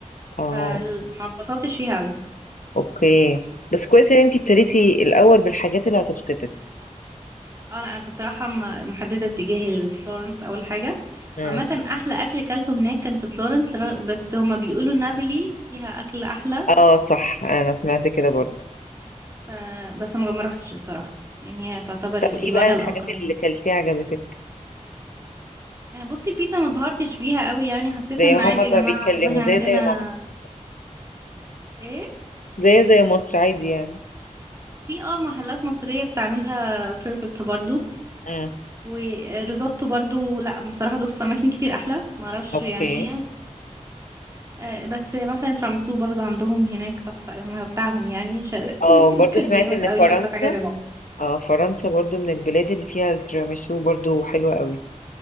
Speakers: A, on the left; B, on the right.
A: اه
B: فما اتبسطتش فيها أوي
A: اوكي بس كويس ان انتي ابتديتي الاول بالحاجات اللي هتبسطك
B: اه لا انا كنت رايحه م- محدده اتجاهي لفلورنس اول حاجه
A: مم.
B: وعامه احلى اكل كلته هناك كان في فلورنس را- بس هما بيقولوا نابولي فيها اكل احلى
A: اه صح انا سمعت كده برضه
B: ف بس ما ما روحتش الصراحه يعني هي تعتبر ال-
A: طب ايه
B: الوجهه
A: بقى
B: الاخرى
A: الحاجات
B: يعني.
A: اللي كلتيها عجبتك
B: آه، بصي البيتزا ما اتبهرتش بيها قوي يعني حسيت
A: زي
B: ان
A: ما
B: عادي
A: هما
B: يا
A: بقى
B: جماعه
A: بيتكلموا
B: والله
A: زي
B: عندنا
A: زي مصر
B: ايه
A: زي زي مصر عادي يعني
B: في اه محلات مصريه بتعملها بيرفكت برضو
A: امم
B: وريزوتو برضو لا بصراحه دوت في اماكن كتير احلى ما اعرفش
A: اوكي
B: يعني إيه. آه، بس مثلا تراميسو برضو عندهم هناك تحفة هم بتاعهم يعني مش-
A: اه
B: <laughs>
A: برضه
B: كان
A: سمعت
B: جامد
A: ان
B: قوي
A: فرنسا
B: أكتر حاجة عجبتني
A: اه فرنسا برضو من البلاد اللي فيها التيراميسو برضو حلوة قوي